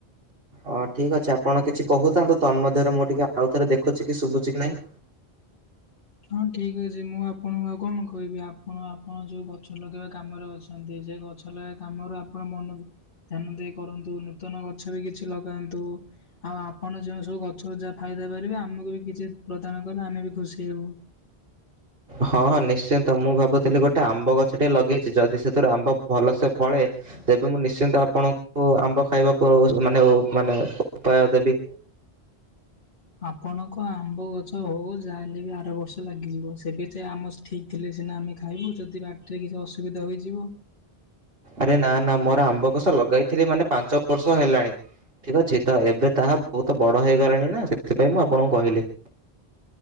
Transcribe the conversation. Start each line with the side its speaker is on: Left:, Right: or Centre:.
Right: ଅ ଠିକ୍ ଅଛି ଆପଣ କିଛି କହୁଥାନ୍ତୁ ତନ୍ ମଧ୍ୟରେ ମୁଁ ଟିକେ ଆଉ ଥରେ ଦେଖୁଛି କି ଶୁଭୁଛି କି ନାଇଁ।
Left: ହଁ ଠିକ୍ ଅଛି ମୁଁ ଆପଣଙ୍କୁ ଆଉ କଣ କହିବି। ଆପ୍ କଣ ଆପଣ ଯୋଉ ଗଛ ଲଗେଇବା କାମରେ ଅଛନ୍ତି, ସେ ଗଛ ଲଗେଇବା କାମରୁ ଆପଣ ମନ ଧ୍ୟାନ ଦେଇ କରନ୍ତୁ, ନୂତନ ଗଛ ବି କିଛି ଲଗାନ୍ତୁ। ଆଉ ଆପଣ ଯେଉଁ ସବୁ ଗଛକୁ ଯାହା ଫାଇଦା ପାରିବେ ଆମକୁ ବି କିଛି ପ୍ରଦାନ କଲେ ଆମେ ବି ଖୁସି ହେବୁ।
Right: ହଁ ହଁ ନିଶ୍ଚିନ୍ତ, ମୁଁ ଭାବୁଥିଲି ଗୋଟେ ଆମ୍ବ ଗଛ ଟେ ଲଗେଇଛି, ଯଦି ସେଥିରୁ ଆମ୍ବ ଭଲ ସେ ଫଳେ ତେବେ ମୁଁ ନିଶ୍ଚିନ୍ତ ଆପଣ ହୋ ଆମ୍ବ ଖାଇବାକୁ ମାନେହୋ ମାନେ ଉପାୟ ଦେବି।
Left: ଆପଣଙ୍କ ଆମ୍ବ ଗଛ ହଉ ଯାହା ହେଲେ ବି ଆର ବର୍ଷ ଲାଗିଯିବ, ସେବେ ଯାଏ ଆମ ଠିକ୍ ଥିଲେ ସିନା ଆମେ ଖାଇବୁ ଯଦି ବାଟରେ କିଛି ଅସୁବିଧା ହୋଇଯିବ।
Right: ଆରେ ନା ନା ମୋର ଆମ୍ବ କୋଷ ଲଗେଇଥିଲି ମାନେ ପାଞ୍ଚ ବର୍ଷ ହେଲାଣି। ଠିକ୍ ଅଛି ତ ଏବେ ତାହା ବହୁତ ବଡ ହେଇଗଲାଣି ନା ସେଥିପାଇଁ ମୁଁ ଆପଣଙ୍କୁ କହିଲି।